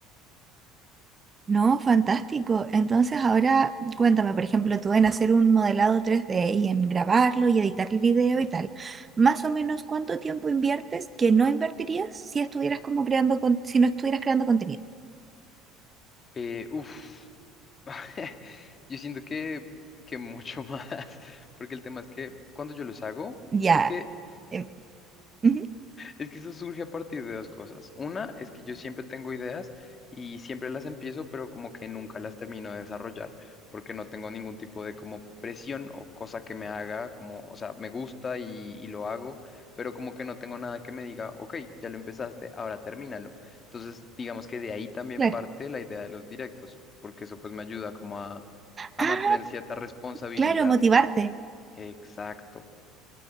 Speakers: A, on the right; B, on the left.
A: No, fantástico. Entonces ahora cuéntame, por ejemplo, tú en hacer un modelado tres d y en grabarlo y editar el video y tal. Más o menos, ¿cuánto tiempo inviertes que no invertirías si estuvieras como creando, con- si no estuvieras creando contenido?
B: Eh, uf. <laughs> Yo siento que, que mucho más, <laughs> porque el tema es que cuando yo los hago,
A: Ya.
B: es que
A: em, ujú.
B: es que eso surge a partir de dos cosas. Una es que yo siempre tengo ideas y siempre las empiezo, pero como que nunca las termino de desarrollar, porque no tengo ningún tipo de como presión o cosa que me haga, como, o sea, me gusta y, y lo hago, pero como que no tengo nada que me diga, ok, ya lo empezaste, ahora termínalo. Entonces, digamos que de ahí también
A: Claro.
B: parte la idea de los directos, porque eso pues me ayuda como a, a
A: Ah,
B: mantener cierta responsabilidad.
A: claro, motivarte.
B: Exacto.